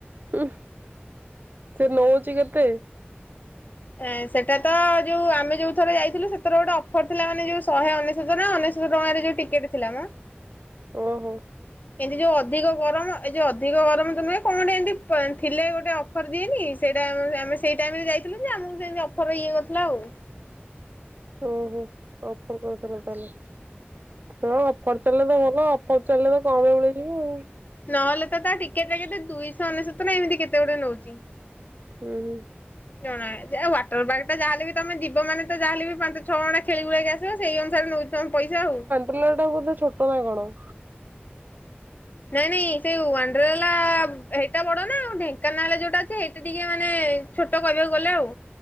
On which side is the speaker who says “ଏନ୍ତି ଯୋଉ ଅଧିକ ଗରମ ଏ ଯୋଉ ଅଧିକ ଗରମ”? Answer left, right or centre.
Left